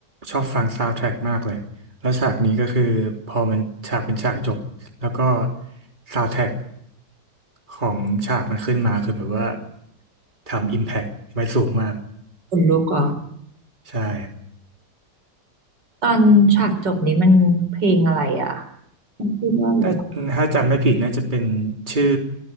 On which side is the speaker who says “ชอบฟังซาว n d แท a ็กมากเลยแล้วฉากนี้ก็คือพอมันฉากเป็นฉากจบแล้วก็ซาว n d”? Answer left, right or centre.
Right